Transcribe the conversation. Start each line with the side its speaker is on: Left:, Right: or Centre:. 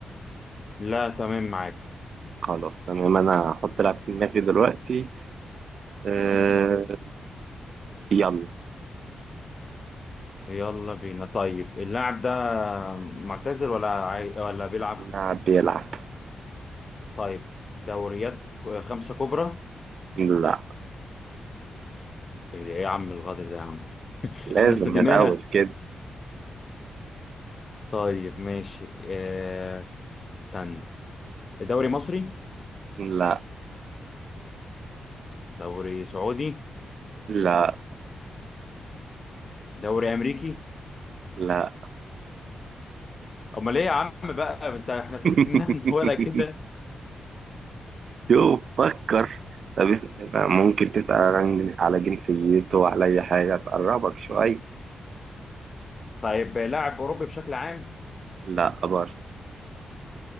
Left: لا تمام معاك
Right: خلاص تمام أنا هحط لاعب في دماغي دلوقتي أه... يلا
Left: يلا بينا طيب اللاعب ده معتزل ولا عاي... ولا بيلعب
Right: لاعب بيلعب
Left: طيب دوريات ك- خمسه كبرى
Right: لا
Left: ايه ده- إيه يا عم الغدر ده يا عم <laughs>
Right: لازم
Left: احنا ابتديناها
Right: الأول كده
Left: طيب ماشي اه... استنى دوري مصري
Right: لا
Left: دوري سعودي
Right: لا
Left: دوري امريكي
Right: لا
Left: امال ايه يا عم بقى انت احنا ابتديناها
Right: <laughs>
Left: من ولا كده
Right: شوف
Left: <laughs>
Right: فكر طب اس- ممكن تسأل عن- على جنسيته وعلى أي حاجة تقربك شوية
Left: طيب لاعب اوروبي بشكل عام
Right: لا برضه